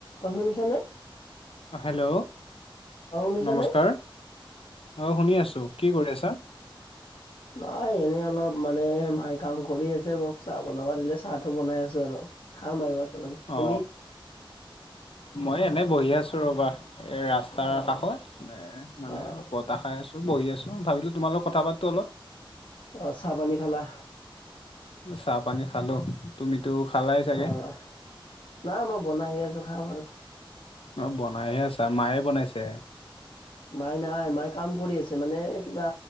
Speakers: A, on the left; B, on the left.
A: অঁ, শুনিছানে?
B: অঁ, হেল্ল!
A: অ', শুনিছানে?
B: নমস্কাৰ, অঁ শুনি আছোঁ। কি কৰি আছা?
A: মই এনেই অলপ মানে মায়ে কাম কৰি আছে। মোক চাহ বনাব দিলে চাহটো বনাই আছো আৰু। খাম আৰু একেলগে।
B: অ
A: তুমি?
B: মই এনেই বহি আছো ৰ'বা এ ৰাস্তাৰ
A: অ',
B: কাষত এ মানে
A: অ',
B: ওপত চাহ খাইআছোঁ, বহিআছোঁ ভাৱিলোঁ তোমাৰ লগত কথা পাতো অলপ।
A: অঁ, চাহ পানী খালা?
B: চাহ পানী খালোঁ। তুমিটো খালাই চাগে?
A: অ', নাই মই বনাইহে আছো খাম আৰু।
B: অঁ, বনাইহে আছা? মায়ে বনাইছে?
A: মায় নাই, মায়ে কাম কৰি আছে। মানে, কিবা